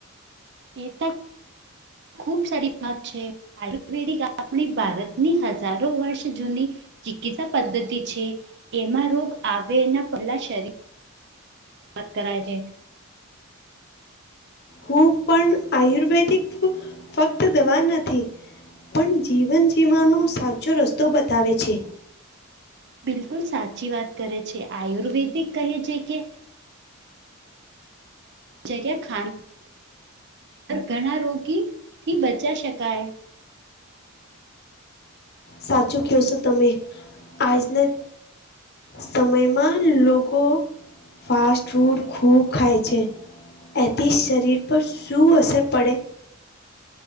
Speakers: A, on the right (about 50°); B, on the left (about 50°).
A: એ તો ખુબ સારી વાત છે. આયુર્વેદિક આપણી ભારતની હજારો વર્ષ જૂની ચિકિત્સા પદ્ધતિ છે એમાં રોગ આવેના પહેલા શરીર વાત કરરા છે.
B: હું પણ આયુર્વેદિક ફક્ત દવા નથી. પણ જીવન જીવવાનો સાચો રસ્તો બતાવે છે.
A: બિલકુલ સાચી વાત કરે છે આયુર્વેદિક કહે છે કે જ્યા ખ ઘણા રોગી થી બચા શકાય
B: સાચું કહ છો તમે આજના સમયમાં લોકો ફાસ્ટ ફૂડ ખુબ ખાય છે. એથી શરીર પર શું અસર પડે?